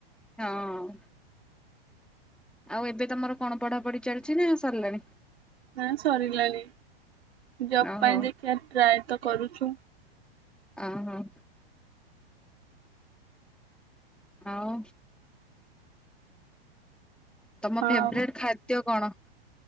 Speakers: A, in the centre; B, on the right (about 80°).
A: ହଁ। ଆଉ ଏବେ ତମର କଣ ପଢ଼ାପଢ଼ି ଚାଲିଛି ନା ସରିଲାଣି?
B: ନା ସରିଲାଣି ଜବ
A: ଓହୋ।
B: ପାଇଁ ଦେଖିବା ଟ୍ରାଏ ତ କରୁଛୁ।
A: ଓ ହଁ। ଆଉ। ତମ
B: ଆଉ
A: ଫେବ୍ରେଟ୍ ଖାଦ୍ୟ କଣ?